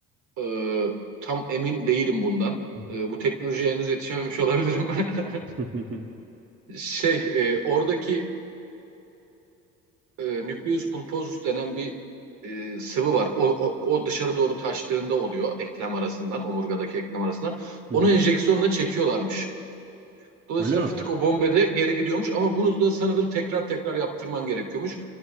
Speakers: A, on the right; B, on the right.
A: E, tam emin değilim bundan.
B: hı.
A: E, bu teknolojiye henüz yetişememiş olabilirim. <laughs>
B: Hı hı hı.
A: Şey, e, oradaki e, nucleus pulposus denen bir e, sıvı var. O, o, o dışarı doğru taştığında oluyor eklem arasından, omurgadaki eklem arasından.
B: Hı
A: Onu
B: hı.
A: enjeksiyonla çekiyorlarmış. Dolayısıyla
B: Öyle mi?
A: fıtık o bombede geri gidiyormuş ama bunu da sanırım tekrar tekrar yaptırman gerekiyormuş.